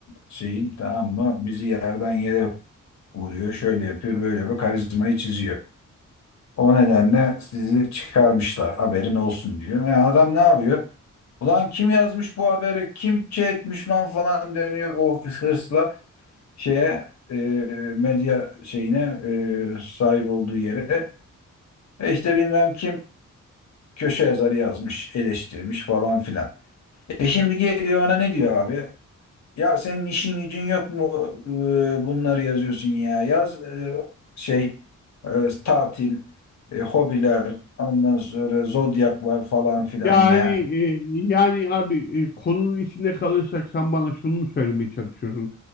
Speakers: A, on the left; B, on the left.
A: şeyin tamam mı bizi yerden yere vuruyor şöyle yapıyor böyle yapıyor karizmayı çiziyor. O nedenle sizi çıkarmışlar haberin olsun diyor. E adam ne yapıyor? Ulan kim yazmış bu haberi kim şey etmiş lan falan deniyor o hırsla şeye e, medya şeyine e, sahip olduğu yere. E işte bilmem kim köşe yazarı yazmış eleştirmiş falan filan. E şimdi geliyor ona ne diyor abi? Ya senin işin gücün yok mu e, bunları yazıyorsun ya? Yaz e, şey e, tatil, e, hobiler, ondan sonra zodyak var falan filan
B: Yani
A: ya.
B: e, yani abi e, konunun içinde kalırsak sen bana şunu mu söylemeye çalışıyorsun?